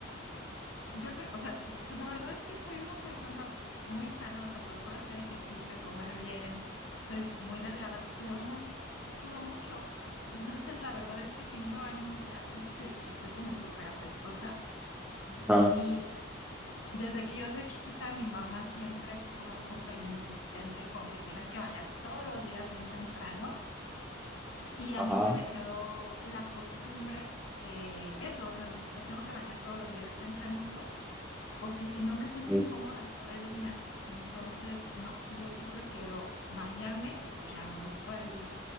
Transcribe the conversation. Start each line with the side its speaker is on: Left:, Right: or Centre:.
Left: Yo soy, o sea, s- la verdad es que soy una persona muy sana, o sea, procuro hacer ejercicio, comer bien, soy muy delgada, pero aún así sudo mucho. <laughs> Entonces, la verdad es que si no me baño un día, siento que estoy como súper apestosa. Y
Centre: Ajá.
Left: desde que yo soy chiquita, mi mamá siempre fue como súper insistente con que tienes que bañarte todos los días bien temprano. Y a
Centre: Ajá.
Left: mí se me quedó la costumbre de eso, o sea, me tengo que bañar todos los días tempranito porque si no me siento
Centre: Sí.
Left: incómoda todo el día. Entonces, no, yo sí prefiero bañarme y pues ya me busco ahí,